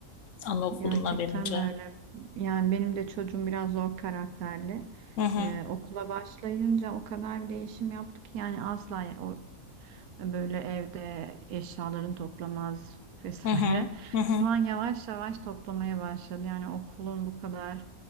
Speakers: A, on the left (about 65°); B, on the right (about 80°).
A: Anaokuluna
B: Gerçekten
A: verince.
B: öyle. Yani benim de çocuğum biraz zor karakterli.
A: Hı hı,
B: Ee, okula başlayınca o kadar bir değişim yaptı ki yani asla ya- o böyle evde eşyalarını toplamaz <laughs> vesaire.
A: hı hı, hı hı,
B: Şu an yavaş yavaş toplamaya başladı. Yani okulun bu kadar